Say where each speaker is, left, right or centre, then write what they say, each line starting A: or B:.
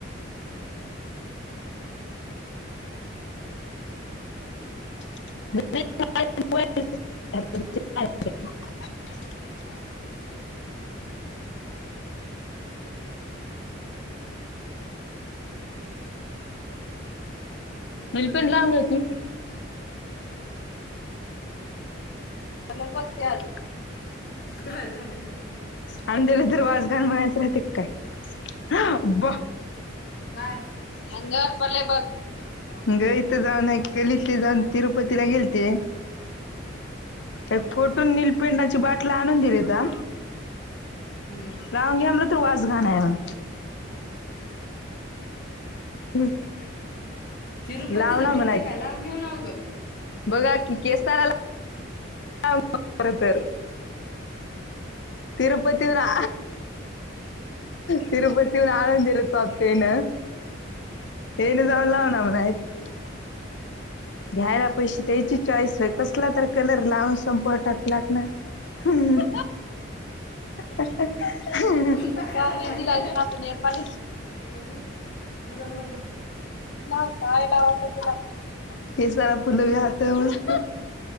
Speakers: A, on the left; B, on the left.
A: <unintelligible>
B: <unintelligible>
A: मल पण लाग की लगग
B: काय झा नाही ग
A: अं त्या्याला तर वाजगान म्हणायचं राहते काय ब
B: काय
A: हंगर पले बघ गथ जाऊन आहे गलितले जाऊन तिरुपतीला गेल ते
B: हम्म
A: एक फोटून नीलपंडाची बाटला आणून दिली का
B: हम्म
A: गवगी हमला तर रवाज गा आहे <unintelligible>
B: तिरुपतीचं
A: लाव ना
B: भेटते
A: म्हणा
B: काय लावून घेऊन अवघं
A: बघा की केसताराला तर तिरुपती हा तिरुपतीहून आळंदीला चालते ना ये ना जाऊन लाव ना म्हणा आहेत घ्यायला पैसे त्याची चॉईस होय कसला तर कलर लावून संप टाकलात ना हम्म का
B: कोणता कलर
A: मेहंदी
B: आहे ग
A: काज ना नपाल
B: बघू दे माझा मोबाईल कुठे आहे?
A: ना कायला वर् तला हे सारा फुल भी हते मस्